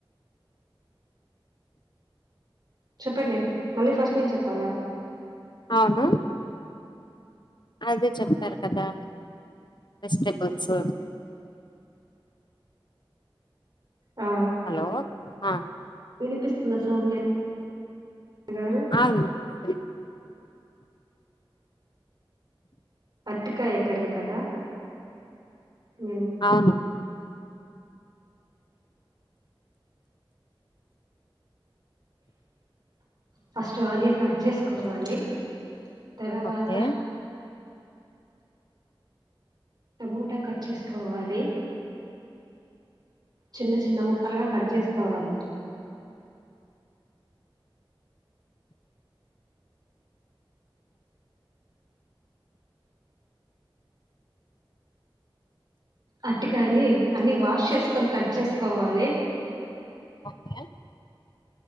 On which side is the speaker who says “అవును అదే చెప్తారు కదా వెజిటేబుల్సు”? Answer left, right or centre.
Left